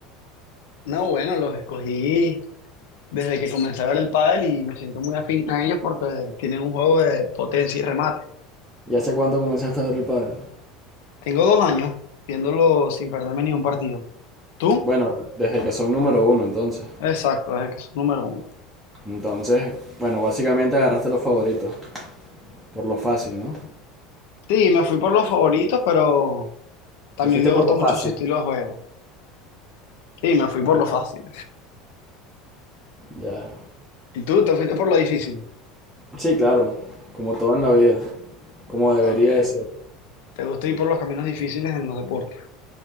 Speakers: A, on the left (about 75°); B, in the centre.
A: No, bueno, los escogí desde que comencé a ver el pádel y me siento muy afín a ellos porque tienen un juego de potencia y remate.
B: ¿Y hace cuánto comenzaste a ver el pádel?
A: Tengo dos años viéndolo sin perderme ni un partido. ¿Tú?
B: Bueno, desde que son número uno entonces.
A: Exacto, es el que es número uno.
B: Entonces, bueno, básicamente agarraste los favoritos, por lo fácil, ¿no?
A: Sí, me fui por los favoritos, pero también
B: Te fuiste
A: me
B: por
A: gusta
B: lo
A: mucho
B: fácil.
A: su estilo de juego. Sí, me fui por lo fácil.
B: Ya.
A: ¿Y tú te fuiste por lo difícil?
B: Sí, claro, como todo en la vida, como debería
A: Ah, Ok.
B: de ser.
A: ¿Te gusta ir por los caminos difíciles en los deportes?